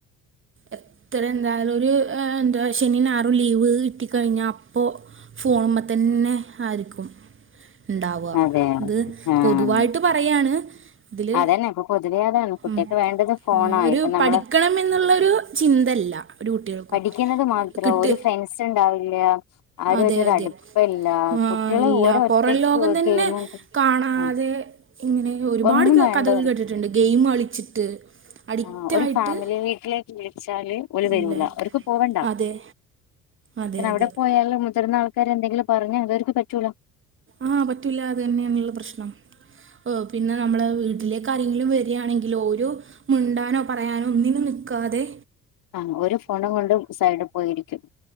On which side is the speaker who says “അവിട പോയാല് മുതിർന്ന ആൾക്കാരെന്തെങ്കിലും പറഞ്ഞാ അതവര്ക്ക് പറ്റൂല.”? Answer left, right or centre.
Left